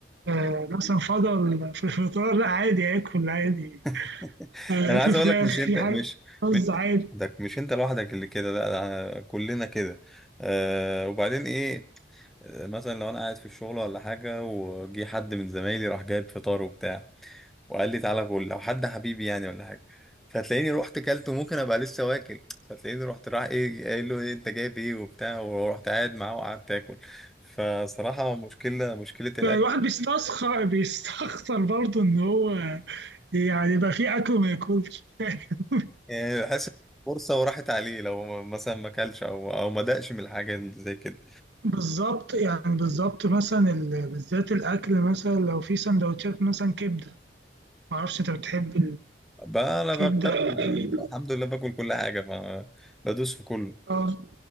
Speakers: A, on the right; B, in the centre.
A: آه، مثلا فضل في الفطار لا عادي آكل عادي
B: <laughs>
A: آه،
B: انا
A: في
B: عايز
A: فراخ
B: اقول لك مش انت
A: في
B: مش
A: حاجة رز عادي
B: ده مش انت لوحدك اللي كده لا ده كلنا كده آه وبعدين ايه آه، مثلا لو انا قاعد في الشغل ولا حاجه وجي حد من زمايلي راح جايب فطار وبتاع وقال لي تعالى كل لو حد حبيبي يعني ولا حاجه فتلاقيني رحت كلت وممكن ابقى لسه واكل فتلاقيني رحت راح ايه قايل له ايه انت جايب ايه وبتاع ورحت قاعد معاه وقعدت اكل فصراحه مشكله مشكله
A: بقى
B: الاكل
A: الواحد بيستسخر بيستخسر برضه ان هو يعني يبقى فيه اكل وما ياكلش <laughs>
B: يعني بحس إن فرصه وراحت عليه لو مثلا ما اكلش او او ما دقش من الحاجه زي كده
A: بالظبط يعني بالظبط مثلا ال- بالذات الاكل مثلا لو في سندوتشات مثلا كبده ما اعرفش انت بتحب
B: بقى انا
A: الكبده
B: بقى
A: ولا إيه؟
B: الحمد لله باكل كل حاجه فبدوس في كله
A: اه